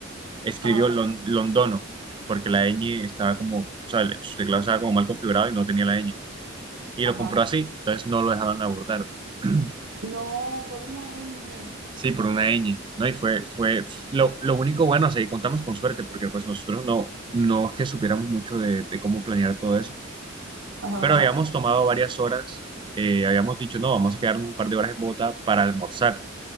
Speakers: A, on the right; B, on the right.
A: escribió
B: Ajá,
A: Lon- Londono, porque la ñ estaba como, o sea, el- su teclado estaba como mal configurado y no tenía la ñ. Y
B: ajá.
A: lo compró así, entonces no lo dejaban abordar. <clears throat>
B: No, por una ñ.
A: Sí, por una ñ. No, y fue, fue lo, lo único bueno, o sea, contamos con suerte, porque pues nosotros no, no es que supiéramos mucho de, de cómo planear todo eso,
B: Ajá,
A: pero
B: ajá.
A: habíamos tomado varias horas, eh, habíamos dicho, no, vamos a quedarnos un par de horas en Bogotá para almorzar